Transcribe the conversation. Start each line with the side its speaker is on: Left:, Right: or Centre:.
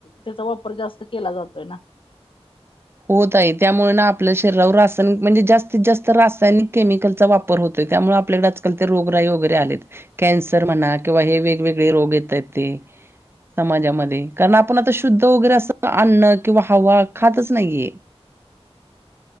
Left: त्याचा वापर जास्त केला जातोय ना.
Right: हो ताई त्यामुळ आपल्या शरीरावर रासायनिक म्हणजे जास्तीत जास्त रासायनिक केमिकलचा वापर <unintelligible> होतोय त्यामुळे आपल्याला आजकाल ते रोगराई वगैरे आलेत. कॅन्सर म्हणा किंवा हे वेगवेगळे रोग येतात ते. समाजामध्ये कारण आपण आता शुद्ध वगैरे अस अन्न किंवा हवा खातच नाहीये.